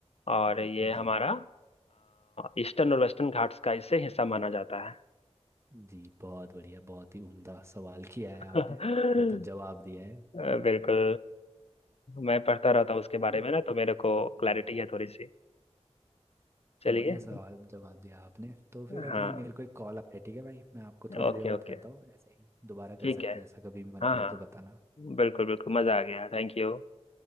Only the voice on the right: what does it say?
जी
जी बहुत बढ़िया बहुत ही उम्दा सवाल किया है आपने
मतलब जवाब दिया है
तो
फिर
हम्म,
बढ़िया सवाल जवाब दिया आपने तो फिर अभी
मेरे को एक कॉल आ रहा है ठीक है भाई मैं आपको थोड़ी
देर बाद
करता हूँ ऐसे ही दोबारा
कर सकते
हैं ऐसा कभी भी मन
करे
तो बताना